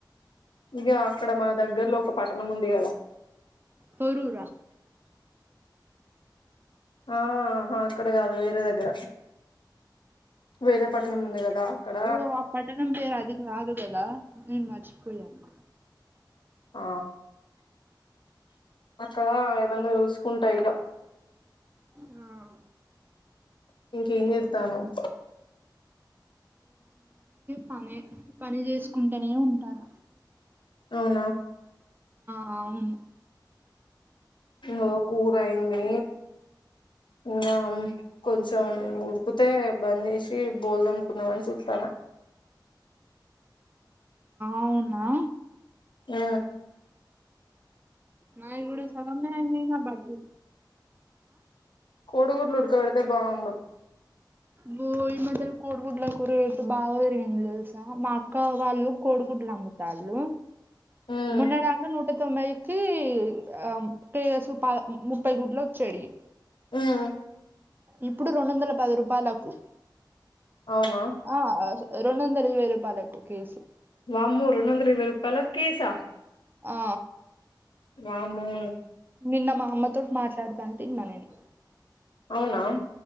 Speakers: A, on the left; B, on the right.
A: ఇగ అక్కడ మన దగ్గర్లో ఒక పట్టణం ఉంది కదా.
B: పోరుర
A: ఆహా అక్కడ కాదు వేరే దగ్గర వేరే పట్నం ఉంది కదా అక్కడ
B: ఓ ఆ పట్టణం పేరు అది కాదు కదా నేను మరచిపోయను
A: ఆ అక్కడ ఏదన్నా చూసుకుంటా ఇగ
B: ఆ
A: ఇంక ఎమ్ చేస్తన్నావ్.
B: పని పని చేసుకుంటేనే ఉంటాన
A: అవునా
B: అవును
A: ను కూర అయింది ఇగ కొంచెం ఉడికితే బంద్ చేసి బోల్దమ్కున్నాము అని చూతాన.
B: అవునా
A: ఉ
B: నావి కూడా సగమ్నే అయినయిగా బట్లు
A: కోడిగుడ్డులు ఉడకపెడితే బాగుండు
B: బో ఈ మధ్యనా గుడ్లకు రేటు బాగా పెరిగింది తెలుసా మా వాళ్ళు కోడుగుడ్లు అమ్ముతాళ్లు
A: ఉమ్
B: మొన్న దాకా నూట తొబ్భైకి ఆ పేసు పా ముప్పై గుడ్లు వచ్చేడివి
A: ఉమ్
B: ఇప్పుడు రెండు వందల పది రూపాయలకు
A: అవునా
B: ఆ అసు రెండు వందల ఇరవై రూపాయాలకు కేసు
A: వామ్మో రెండు వందల ఇరవై రూపాయల కేసా
B: ఆ
A: వామ్మో
B: నిన్న మా అమ్మ తోటి మాట్లాడతంటే విన్నా నేను.
A: అవునా